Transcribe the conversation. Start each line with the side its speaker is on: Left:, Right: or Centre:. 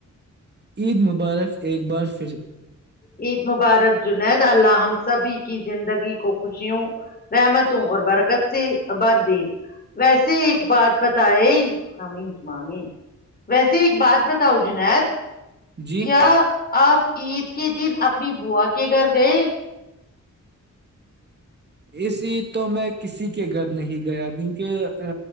Right: عید مبارک ایک بار پھر
Left: عید مبارک جنید اللہ ہم سبھی کی زندگی کو خوشیوں رحمتوں اور برکت سےبر دے ویسے ایک بات بتائے ہم اسمامی ویسے ایک بات بتاؤ جنید
Right: جی
Left: کیا آپ عید کے دن اپنی بوو کے گھر گئے
Right: اسی تو میں کسی کے گھر نہیں گیا کیونکہ ا